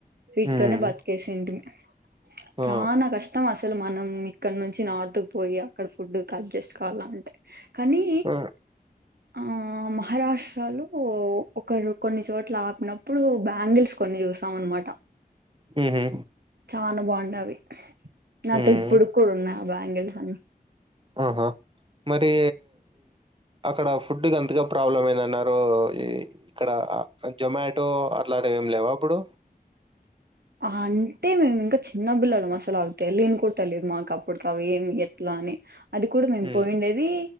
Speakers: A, on the right; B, on the right.
A: వీటితోనే
B: హ్మ్
A: బతికేసింటీమ్ <unintelligible> చానా
B: ఆ
A: కష్టం అసలు మనం ఇక్కడ నుంచి నార్త్ పోయి అక్కడ ఫుడ్ కట్ చేసుకోవాల అంటే కానీ
B: ఆ
A: ఆ ఆ మహారాష్ లో ఒకరు కొన్ని చోట్ల ఆపినప్పుడు బ్యాంగిల్స్ కొన్ని చూసాం అనమాట
B: ఊహూ
A: చానా బాగుండే అవి నాతో
B: హ్మ్
A: ఇప్పటికీ కూడా ఉన్నాయి ఆ బాంగిల్స్ అ
B: ఆహా మరి అక్కడ ఫుడ్కింతగా ప్రాబ్లం ఏందన్నారు ఈ ఇక్కడ జొమాట టో అట్లాంటివి ఏమి లేవా ఆప్పుడు
A: అంటే మేము ఇంకా చిన్న పిల్లలం అసలు అవి తెలియని కూడా తెలియదు మాకు అప్పటికి అవి ఏమి ఎట్లా అని అది కూడా మేము
B: హ్మ్
A: పోయిండేది